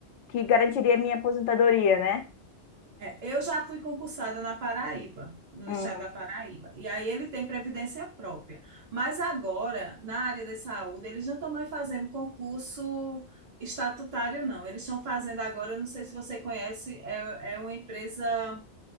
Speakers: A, on the left; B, on the right.
A: que garantiria a minha aposentadoria, né?
B: É, eu já fui concursada na Paraíba, no
A: Hum,
B: estado da Paraíba, e aí ele tem previdência própria. Mas agora, na área da saúde, eles não estão mais fazendo concurso estatutário, não. Eles estão fazendo agora, eu não sei se você conhece, é, é uma empresa,